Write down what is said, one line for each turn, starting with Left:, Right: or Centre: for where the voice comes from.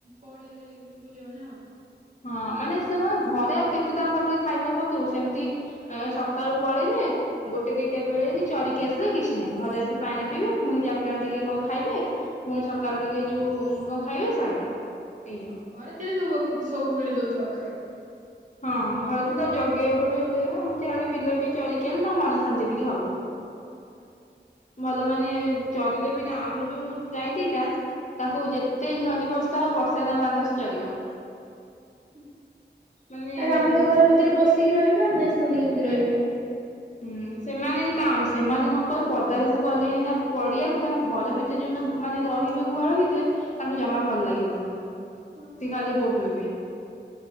Right: ପଡି଼ଆରେ ଭୁଲିବ ନା।
Left: ହଁ ମାନେ ସେ କଣ ଘରେ ଆଉ କେତେ ତାଙ୍କ ପାଖରେ ଖାଇବାକୁ ପକେଇବୁ ସେମତି ଏ ସକାଳୁ ପଳେଇବେ ଗୋଟେ ଦିଟା ବେଳେ ବି ଚରିକି ଆସିଲା କିଛି ନାହିଁ ଘରେ ଆସି ପାଣି ପିଇବେ ପୁଣି ଚାରିଟାବେଳେ ଟିକେ କଣ ଖାଇବେ। ପୁଣି ସକାଳୁ
Right: ହୁଁ
Left: ଟିକେ ଯୋଉ କଣ ଖାଇବେ ସଇଲା। ଏଇଆ
Right: ହଁ ଘରେ ଥିଲେ ସବୁ <unintelligible> ସବୁବେଳେ ଦଉଥାଉ ଖାଇବାକୁ।
Left: ହଁ ଘରେ ତ ଜଗିବାକୁ ପଡି଼ବ <unintelligible> ଏମତି ହେଲେ ବିଲ ରେ ଟିକେ ଚରିକି ଆଇଲେ ତା ମନ ଶାନ୍ତି ଟିକେ ହବ।
Right: ହଁ।
Left: ଭଲ ମାନେ ଚରିଲେ ବି ନା ଆମ ଯୋଉ ଗାଈ ଦିଇଟା ତାଙ୍କୁ ଯେତେ ଝରି ବର୍ଷା ଆଉ ବର୍ଷା ତାଙ୍କୁ ବାନ୍ଧିଲେ ସେ ଚରିବ।
Right: ଅଁ,
Left: ମାନେ
Right: ଆରେ ଆମେ ତ ଘର ଭିତରେ ପଶିକି ରହି ପାରୁନେ ସେମାନେ କେମିତି ରହିବେ।
Left: ହୁଁ, ସେମାନେ ତା ସେମାନେ କଣ କହିଲ ପଦା ଆଡକୁ ଗଲେଣି ନା ପଡି଼ଆକୁ ତାଙ୍କ ଘର ଭି ତ ଯୋଉନ ମାନେ ରହିବେ ଗୁହାଳ ଭିତରେ ତାଙ୍କୁ ଜମା ଭଲ ଲାଗିବନି।
Right: ହଁ
Left: ତ
Right: ବା
Left: ଖାଲି ବବେଇବେ।